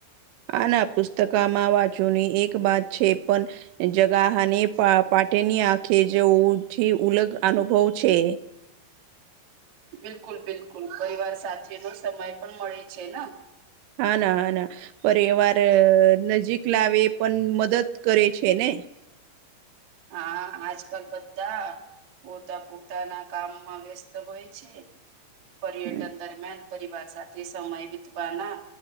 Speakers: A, on the right; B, on the right.
A: આના પુસ્તકામાં વાંચની એક બાત છે, પણ જગાહની પાટેની આંખે જે ઓી ઉલગ અનુભવ છે.
B: બિલકુલ બિલકુલ પરિવાર સાથેથી નો સમય પણ મળે છે ને
A: હના હના પરિવાર નજીક લાવે પણ મદદ કરે છેને.
B: હા આજ કલ બધા પોતા પોતાના કામમાં વ્યસ્ત હોય છે પર્યટન
A: હમ.
B: દરમિયાન પરિવાર સાથે સમય વીતવા ના